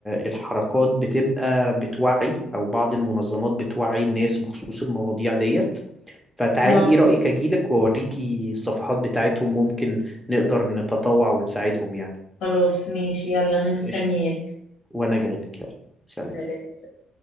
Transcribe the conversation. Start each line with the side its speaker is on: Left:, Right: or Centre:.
Centre: الحركات بتبقى بتوعي أو بعض المنظمات بتوعي الناس بخصوص المواضيع ديت فتعالي
Left: اه
Centre: إيه رأيك أجيلك وأوريكي الصفحات بتاعتهم ممكن نقدر نتطوع ونساعدهم يعني
Left: خلاص ماشي يلا أنا مستنياك
Centre: قشطة وأنا جايلك يلا سلام
Left: سلام